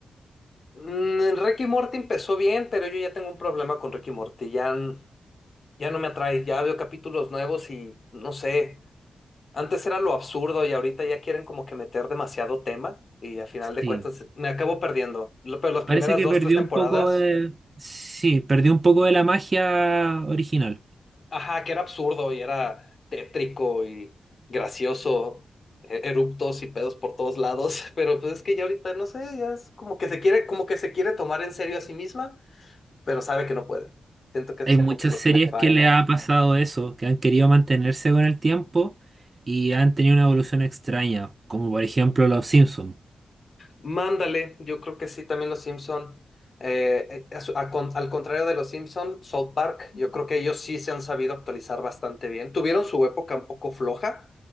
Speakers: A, on the left; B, on the right.
A: Mm, Rick y Morty empezó bien, pero yo ya tengo un problema con Rick y Morty. Ya, n- ya no me atrae, ya veo capítulos nuevos y no sé. Antes era lo absurdo y ahorita ya quieren como que meter demasiado tema y a final de
B: Sí,
A: cuentas me acabo perdiendo. Lo- Pero las
B: parece
A: primeras
B: que
A: dos,
B: perdió
A: tres temporadas.
B: un poco de... Sí, perdió un poco de la magia original.
A: Ajá, que era absurdo y era tétrico y gracioso, e- eruptos y pedos por todos lados, <laughs> pero pues es que ya ahorita no sé, ya es como que se quiere, como que se quiere tomar en serio a sí misma, pero sabe que no puede. Siento que eso
B: Hay
A: es
B: muchas
A: como que lo
B: series
A: que le falla.
B: que le ha pasado eso, que han querido mantenerse con el tiempo y han tenido una evolución extraña, como por ejemplo Los Simpsons,
A: Mándale, yo creo que sí, también los Simpson. Eh, eh, a su- a con- al contrario de los Simpson, South Park, yo creo que ellos sí se han sabido actualizar bastante bien. Tuvieron su época un poco floja,